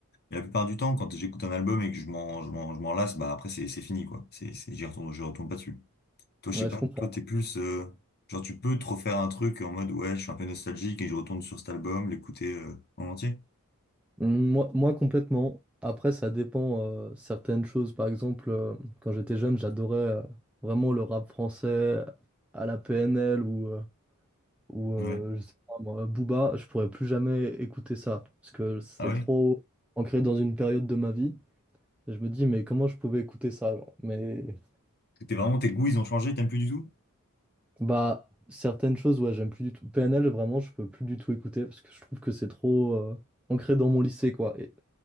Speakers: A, on the left; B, in the centre.
A: Et la plupart du temps, quand j'écoute un album et que je m'en, je m'en, je m'en lasse, bah, après, c'est, c'est fini, quoi. C'est, c'est, j'y retourne, je retourne pas dessus. Toi, je
B: ouais,
A: sais pas,
B: je comprends.
A: toi, t'es plus, euh, genre, tu peux te refaire un truc en mode, ouais, je suis un peu nostalgique et je retourne sur cet album, l'écouter, euh, en entier.
B: Moi, moi complètement. Après, ça dépend euh, certaines choses. Par exemple, euh, quand j'étais jeune, j'adorais euh, vraiment le rap français à la PNL ou euh, ou euh,
A: Ouais.
B: je sais pas moi, Booba, je pourrais plus jamais écouter ça parce que c'est
A: Ah ouais?
B: trop ancré dans une période de ma vie. Et je me dis, mais comment je pouvais écouter ça, genre Mais
A: T'es vraiment, tes goûts, ils ont changé, t'aimes plus du tout?
B: bah, certaines choses, ouais, j'aime plus du tout. PNL, vraiment, je peux plus du tout écouter parce que je trouve que c'est trop euh, ancré dans mon lycée, quoi. Et,